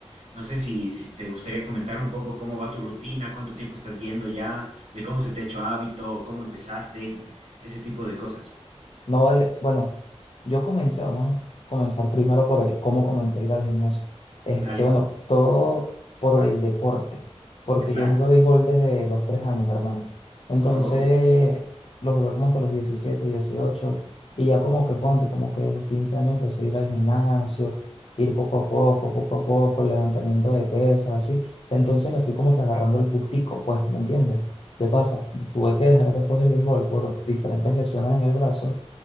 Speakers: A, on the right; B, on the left.
A: no sé si, si te gustaría comentar un poco cómo va tu rutina, cuánto tiempo estás yendo ya, de cómo se te ha hecho hábito, cómo empezaste, ese tipo de cosas.
B: No vale, bueno, yo comencé, vamos a comenzar primero por el cómo comencé a ir al gimnasio. Este,
A: Dale,
B: bueno, todo por el deporte, porque
A: claro.
B: yo jugué béisbol desde los tres años, hermano. Entonces,
A: Oh,
B: lo jugué como hasta los diecisiete dieciocho y ya como que ponte, como que a los 15 años empecé a ir al gimnasio, ir poco a poco, poco a poco, levantamiento de pesas, así. Entonces le fui como que agarrando el gustico, pues, ¿me entiendes? ¿Qué pasa? Tuve que dejar después el béisbol por diferentes lesiones en el brazo